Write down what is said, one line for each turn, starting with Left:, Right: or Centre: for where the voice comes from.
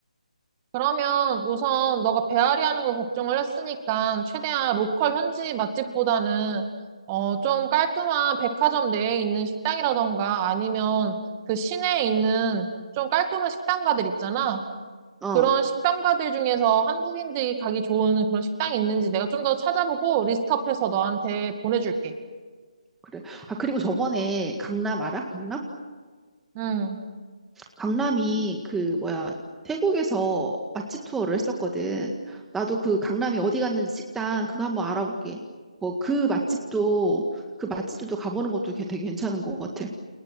Right: 그러면 우선 너가 배앓이 하는 걸 걱정을 했으니까 최대한 로컬 현지 맛집보다는 어, 좀 깔끔한 백화점 내에 있는 식당이라던가 아니면 그 시내에 있는 좀 깔끔한 식당가들 있잖아.
Centre: 어.
Right: 그런 식당가들 중에서 한국인들이 가기 좋은 그런 식당이 있는지 내가 좀 더 찾아보고 리스트업해서 너한테 보내줄게.
Centre: 그래. 아, 그리고 저번에 강남 알아? 강남?
Right: 음.
Centre: 강남이 그 뭐야 태국에서 맛집 투어를 했었거든. 나도 그 강남이 어디 갔는지 식당 그거 한번 알아볼게. 뭐 그 맛집도 그 맛집들도 가보는 것도 게- 되게 괜찮은 것 같아.